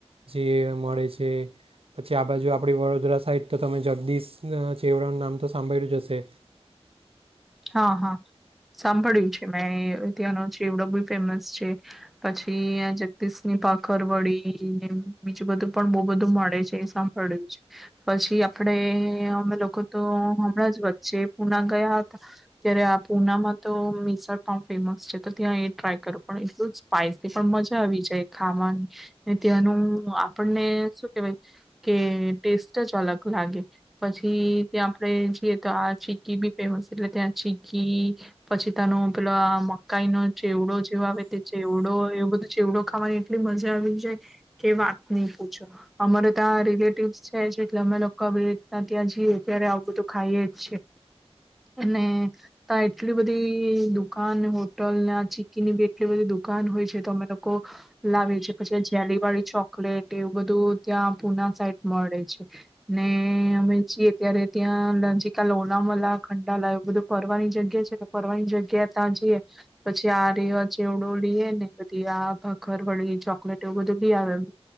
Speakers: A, on the right; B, in the centre.
A: જે મળે છે પછી આ બાજુ આપણી વડોદરા સાઈડ તો તમે જગદીશ છેવડાનું નામ તો સાંભળલ્યું જશે
B: હા હા સાંભળ્યું છે મેં અ તંનો ચીવડો બ ફેમસ છે પછી જગદીશની પાખર વળી ને બીજું બધું પણ બહુ બધું મળે છે એ સાંભળ્યું છે પછી આપણેે અમે લોકો તો હમણાં જ વચ્ચે પુના ગયા ત્યારે આ પુનામાં તો મિસળ પાવ ફેમસ છે તો ત્યાં એ ટ્રાય કરું પણ એટલું જ સ્પાઈસી પણ મજા આવી જાય ખાવાની ત્યાંનું આપણને શું કેહેવાય કે ટેસ્ટ જ અલગ લાગે પછી ત્યા આપડે જઈએ તો આ ચીકી બી ફેમસ એટલે ત્યાં ચીગી પછી તનો પેલો મકાઈ નો ચેવડો જેવો આવે તે ચેવડો એવ બધું ચેવડો ખાવાની એટલી મજા આવી જાય. કે વાત નહી પૂછો અમારે ત્યાં રિલેટિવ છે એટલે અમે લોકો આવી રીતના ત્યાં જઈએ ત્યારે આવું તો ખાઈએ જ છે. અને ત્યા એટલી બધી દુકાન, હોટલને ચીકીની બી એટલી બધી દુકાન હોય છે તો અમે લોકો લાવી છીએ પછી જેલી વાડી ચોક વું બધું ત્યાં પુના સાઈટ મળે છે ને અમે જીએ ત્યારે ત્યાં જી ક લોનામલા અંડાલા એવું બધું ફરવાની જગ્યા છે તો ફરવાની જગ્યા ત્યાં જઈએ પછી આ રેવા ચેવડો લઈએ ને બધી આ ભખર વળી ચોકલેટ એવું બધું લી આવેમ